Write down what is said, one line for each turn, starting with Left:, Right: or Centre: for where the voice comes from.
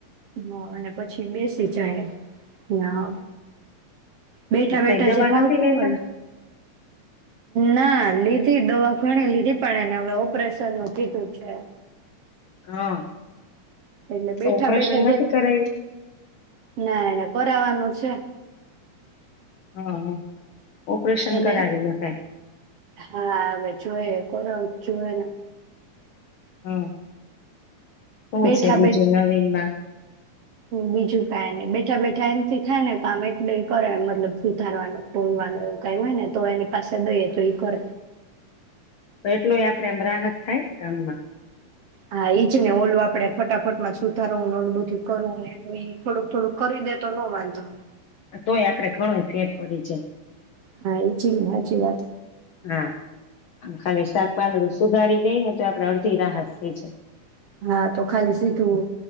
Right: હા અને પછી બેસી જાય, ના બેઠા
Left: તો કઈ
Right: બેઠા
Left: દવા
Right: જે ફાવતું
Left: નથી લેતા
Right: હોય ન, ના લીધી દવા ઘણી લીધી પણ એને હવે ઓપરેશનનું કીધું છે.
Left: હા.
Right: એટલે બેઠા-બેઠા
Left: તો ઓપરેશન
Right: જ
Left: નથી
Right: એન,
Left: કરાયું
Right: ના એને કરાવાનું અચ્છા.
Left: હા, હા. ઓપરેશન
Right: એને
Left: કરાવી નખાય
Right: હા હવે જોઈએ કરાવી જોએને
Left: હા. શું
Right: બેઠા-બેઠ,
Left: છે બીજું નવીનમાં
Right: બીજું કાઈ નહીં બેઠા-બેઠ ઠા એનથી થાય ને કામ એટલું ઈ કરે મતલબ સુધારવાનું કોરવાનુ એવું કાઈ હોય ને તો એની પાસે દઈએ તો ઈ કરે.
Left: એટલુંય આપડે આમ રાહત થાય ને કામમાં.
Right: હા ઈજ ને ઓલું આપડે ફટાફટ માં સુધારવુ ને ઓલું બધું કરવું ને તો ઈ થોડુંક-થોડુંક કરી દે તો નો વાંધો
Left: તોય આપડે ઘણુંય ફેર પડી જાય.
Right: હા ઈ છે ને હાચી વાત.
Left: હા ખાલી શાક પાંદડું સુધારી દઈ ને તોય આપડે અડધી રાહત થઈ જાય.
Right: હા તો ખાલી સીધું